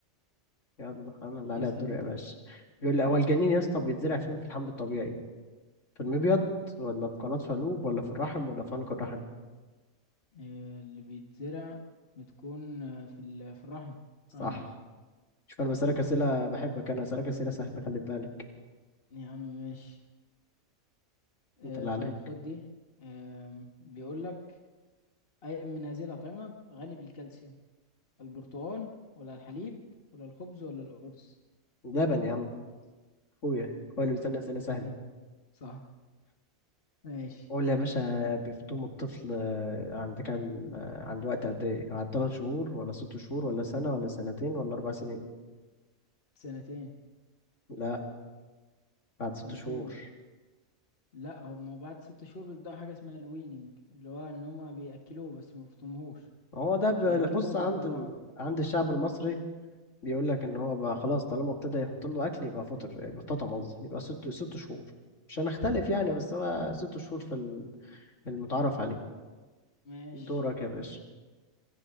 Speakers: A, on the left (about 60°); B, on the left (about 45°).
A: يلا انا اللي عليا
B: اسأل
A: الدور
B: انت
A: يا باشا
B: بقى مم.
A: بيقول لي هو الجنين يا اسطى بيتزرع فين في الحمل الطبيعي في المبيض ولا في قناة فالوب ولا في الرحم ولا في عنق الرحم
B: آه، اللي بيتزرع بتكون آه، في ال- في الرحم
A: صح
B: الرحم نفسه
A: شوف انا بسألك اسئله بحبك انا اسألك اسئله سهله خلي بالك
B: يا عم ماشي آه،
A: انت اللي
B: طيب
A: عليك
B: خد دي آم، بيقولك أي من هذه الأطعمة غني بالكالسيوم البرتقال ولا الحليب ولا الخبز ولا الأرز
A: لبن يا عم اخويا اخويا اللي بيسألني
B: ال-
A: اسئله
B: الحليب
A: سهله
B: صح ماشي
A: قول لي يا باشا بيفطموا الطفل آه، عند كام آه، عند وقت قد ايه بعد ثلاث شهور ولا ست شهور ولا سنة ولا سنتين ولا اربع سنين
B: سنتين
A: لا بعد ست
B: سنتين
A: شهور
B: لا هم بعد ست شهور بيبدأوا حاجة اسمها الويننج اللي هو ان هما بيأكلوه بس ما بيفطموهوش
A: هو ده ب-
B: بيأكلوه
A: بص
B: مع
A: عند
B: الرضاعة
A: ال... عند الشعب المصري بيقول لك ان هو بقى خلاص طالما ابتدى يحط له اكل يبقى فطر يبقى فطم قصدي يبقى ست ست شهور مش هنختلف يعني بس هو ست شهور في ال- المتعارف عليه
B: ماشي
A: دورك يا باشا